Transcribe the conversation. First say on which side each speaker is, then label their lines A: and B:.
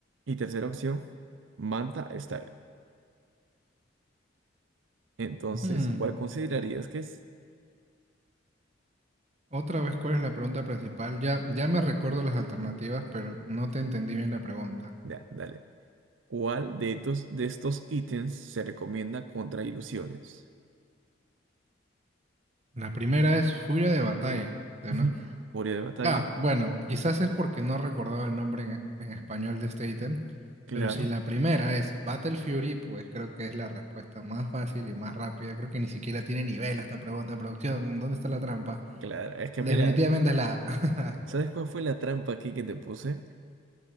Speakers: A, on the right; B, on the right.
A: Y tercera opción, manta style. Entonces,
B: Hmm,
A: ¿cuál considerarías que es?
B: Otra vez, ¿cuál es la pregunta principal? Ya, ya me recuerdo las alternativas, pero no te entendí bien la pregunta.
A: Ya, dale. ¿Cuál de estos, de estos ítems se recomienda contra ilusiones?
B: La primera es furia de batalla,
A: Ujú.
B: ¿no?
A: Furia de batalla,
B: Ah, bueno, quizás es porque no recordaba el nombre en, en español de este ítem,
A: claro.
B: pero si la primera es Battle Fury, pues creo que es la respuesta más fácil y más rápida. Creo que ni siquiera tiene nivel esta pregunta de producción. ¿Dónde está la trampa?
A: Claro, es que
B: Definitivamente
A: mira,
B: es la... A.
A: ¿sabes cuál fue la trampa aquí que te puse?